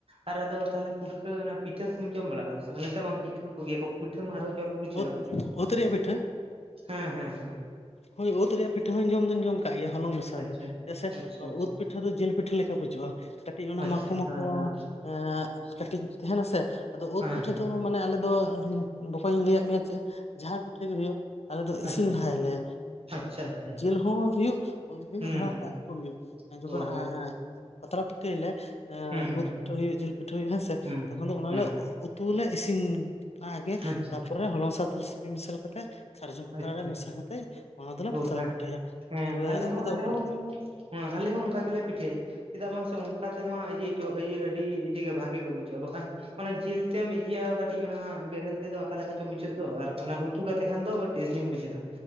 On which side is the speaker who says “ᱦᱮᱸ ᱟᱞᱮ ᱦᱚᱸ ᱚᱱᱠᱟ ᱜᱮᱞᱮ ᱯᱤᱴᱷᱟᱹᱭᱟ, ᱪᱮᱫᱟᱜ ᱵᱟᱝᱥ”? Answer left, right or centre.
Right